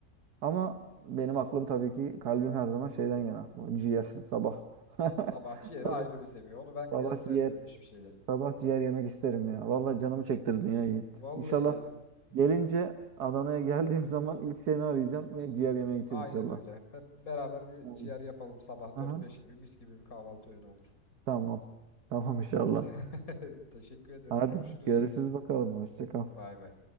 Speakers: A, on the right; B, on the left.
A: Ama benim aklım tabii ki kalbim her zaman şeyden yana. Bu ciğer <laughs> sabah.
B: Sabahçı
A: <laughs>
B: yeri
A: Sabah,
B: ayrı bir seviye. Onu ben kıyaslayamıyorum
A: sabah ciğer.
B: hiçbir şeyle.
A: Sabah ciğer yemek isterim ya. Vallahi canımı çektirdin ya Yiğit.
B: Vallahi
A: İnşallah
B: ya.
A: gelince Adana'ya geldiğim zaman ilk seni arayacağım ve ciğer yemeye gideceğiz
B: Aynen
A: inşallah.
B: öyle. Hep beraber bir
A: Aynen.
B: ciğer yapalım sabah
A: Aha.
B: dört beş gibi mis gibi bir kahvaltı öğünü olur.
A: Tamam. Tamam inşallah.
B: <laughs> Teşekkür ederim.
A: Hadi
B: Görüşürüz.
A: görüşürüz bakalım. Hoşça kal.
B: Bay bay.